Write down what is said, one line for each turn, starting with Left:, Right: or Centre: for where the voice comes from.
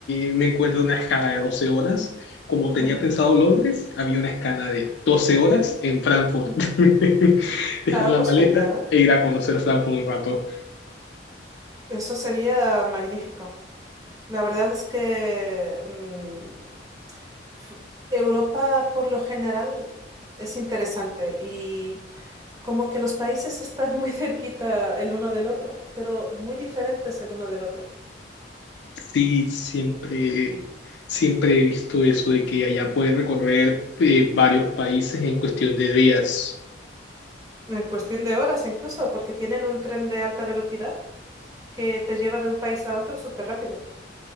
Left: eh, me encuentro una escala de 12 horas. Como tenía
Right: Ujú,
Left: pensado Londres, había una escala de 12 horas en Frankfurt.
Right: ujú.
Left: <laughs> Dejar
Right: Ah,
Left: la
Right: pues
Left: maleta
Right: genial.
Left: e ir a conocer Frankfurt un rato.
Right: Eso sería magnífico. La verdad es que mm, f- Europa por lo general es interesante y como que los países están muy <laughs> cerquita el uno del otro, pero muy diferentes el uno del otro.
Left: Sí, siempre, siempre he visto eso de que allá puedes recorrer eh, varios países en cuestión de días.
Right: En cuestión de horas incluso, porque tienen un tren de alta velocidad que te lleva de un país a otro súper rápido.